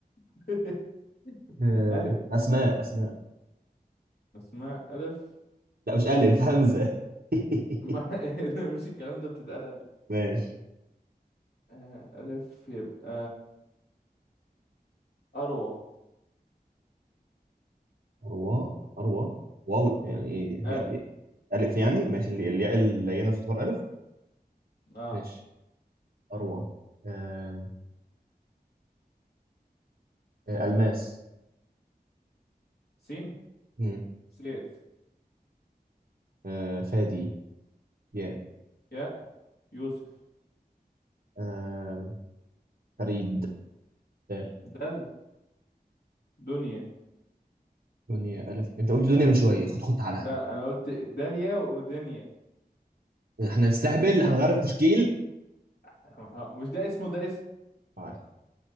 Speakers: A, on the left (about 80°); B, on the right (about 65°).
A: <laughs>
B: آه...
A: الف
B: اسماء اسماء
A: اسماء الف
B: لا مش الف همزه <laughs>
A: ما <laughs> مفيش الكلام ده بتتقال الف
B: ماشي
A: آه، الف يبقى اروى
B: اروى اروى واو يعني
A: مم.
B: ايه
A: الف
B: يا- يا- الف يعني ماشي اللي الياء
A: مم.
B: اللينه تعتبر الف
A: اه
B: ماشي اروى آم، آه... الماس
A: سين
B: مم.
A: سيف
B: آه... فادي ياء
A: يا يوسف
B: آم، فريد بال
A: دل دنيا
B: دنيا ألف أنت قلت دنيا من شوية خد خد على
A: لا انا قلت داليا ودنيا
B: إحنا نستهبل هنغير التشكيل
A: ه- مش ده اسمه ده اسم
B: طيب